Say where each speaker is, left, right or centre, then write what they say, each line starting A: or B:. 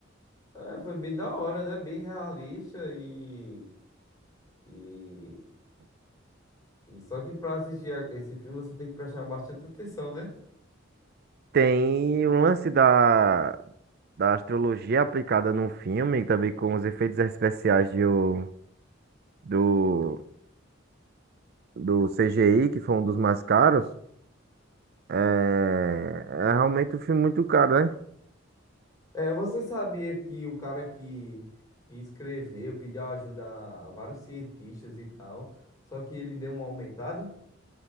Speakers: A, on the left (about 15°); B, on the right (about 50°).
A: É, foi bem da hora, né? Bem realista e E, e só que pra assistir a- esse filme você tem que prestar bastante atenção, né?
B: Tem o lance da, da astrologia aplicada no filme, também com os efeitos especiais de o- do, do CGI, que foi um dos mais caros. É, é realmente um filme muito caro, né?
A: É, você sabia que o cara que, que escreveu pediu ajuda a vários cientistas e tal, só que ele deu uma aumentada?